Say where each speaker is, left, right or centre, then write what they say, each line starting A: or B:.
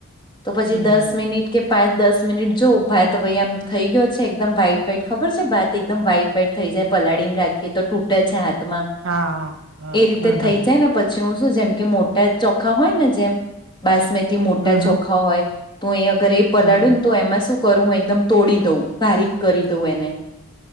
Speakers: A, on the left; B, on the right.
A: તો પછી
B: હમ
A: દસ
B: હમ હમ
A: મિનિટ. કે પાંચ, દસ મિનિટ જો. ભાત ભાઈ, આમ થઈ ગયો છે, એકદમ વાઈટ-વાઈટ ખબર છે? ભાત વાઈટ-વાઈટ થઈ જા, ય પલાળી ને રાખીએ તો. તે છે, હાથમાં.
B: હા, હા,
A: એ રીતે
B: હમ,
A: થઈ
B: હમ.
A: જાય ને પછી હું શું, જેમ કે મોટા ચોખા હોય ને, જેમ બાસમતી. મોટા
B: હમ
A: ચોખા
B: હમ
A: હોય તો એ, અગર એ પલાડું
B: હમ
A: ને, તો એમાં શું? કરું, એકદમ તોડી દઉં, બારીક કરી દઉં એને,